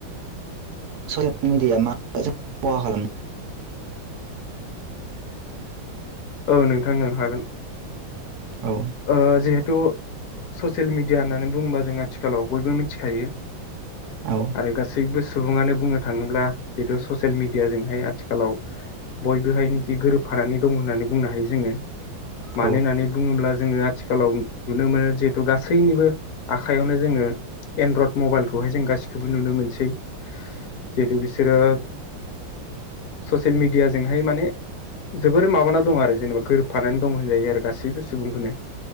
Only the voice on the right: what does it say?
ससियेल ओ मिडियाया मा खहा खालामो?
औ
औ
औ